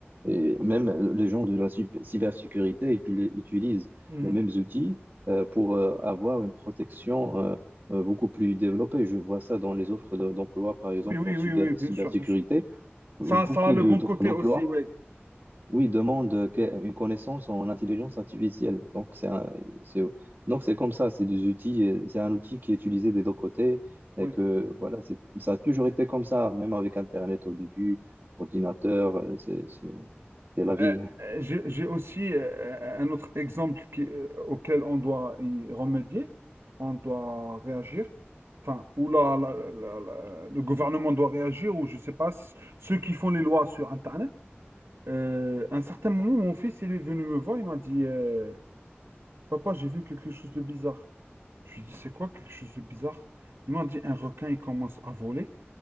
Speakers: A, on the right (about 45°); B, on the right (about 85°).
A: et même les gens de la cyber- cybersécurité ils utilisent
B: Mhm.
A: les mêmes outils euh, pour euh, avoir une protection euh, euh, beaucoup plus développée. Je vois ça dans les offres de- d'emploi, par exemple
B: Oui, oui,
A: en cyber-
B: oui, oui, bien
A: cybersécurité.
B: sûr, bien sûr. Ça,
A: Et beaucoup
B: ça a le
A: de-
B: bon
A: d'offres
B: côté
A: d'emploi,
B: aussi, ouais.
A: oui, demandent euh, que- une connaissance en intelligence artificielle. Donc, c'est un- c'est, donc c'est comme ça, c'est des outils, euh, c'est un outil qui est utilisé des deux côtés. Et
B: Oui.
A: que voilà, c'est, ça a toujours été comme ça, même avec Internet au début, ordinateur, euh, c'est c'est- c'est la vie.
B: Euh, euh, j'ai j'ai aussi euh, euh, un autre exemple qui- euh, auquel on doit y remédier, on doit réagir, enfin, ou la- la- la- la- la- le gouvernement doit réagir, ou je ne sais pas, c- ceux qui font les lois sur Internet. Euh, à un certain moment, mon fils, il est venu me voir, il m'a dit, euh, Papa, j'ai vu quelque chose de bizarre. Je lui ai dit, c'est quoi quelque chose de bizarre? Ils m'ont dit, un requin, il commence à voler.